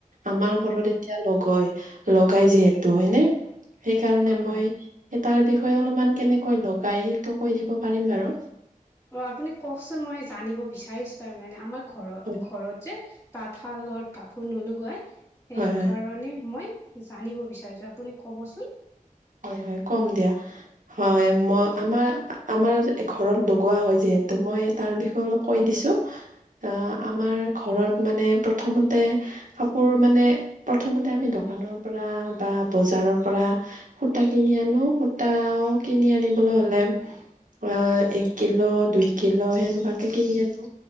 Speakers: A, on the right (about 65°); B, on the left (about 20°).
A: আমাৰ
B: উম
A: ঘৰত এতিয়া লগয় লগাই যিহেতু হয়নে সেইকাৰণে
B: হয়
A: মই
B: হয়
A: তাৰ বিষয়ে অলপমান কেনেকৈ লগাই সেইটো কৈ দিব পাৰিম বাৰু
B: অ', আপুনি কওকচোন মই জানিব বিচাৰিছো তাৰমানে আমাৰ ঘৰত
A: হয়
B: ঘৰত যে তাঁতশালত কাপোৰ নোলাই সেইকাৰণে
A: হয় হয়
B: মই জানিব বিচাৰিছো আপুনি কবচোন
A: হয়, হয়, কম দিয়া হয় ম আমাৰ আমাৰ ঘৰত লগোৱা হয় যে সেইটো মই তাৰ বিষয়ে অলপ কৈ দিছো অ আমাৰ
B: উম
A: ঘৰত মানে, প্ৰথমতে কাপোৰ মানে প্ৰথমতে আমি দোকানৰ পৰা বা বজাৰ জাৰৰ পৰা, সূতা কিনি আনো, সূতাও কিনি আনিবলৈ হ'লে অ', এক কিলো, দুই কিলো সেনেকুৱাকে কিনি আনো।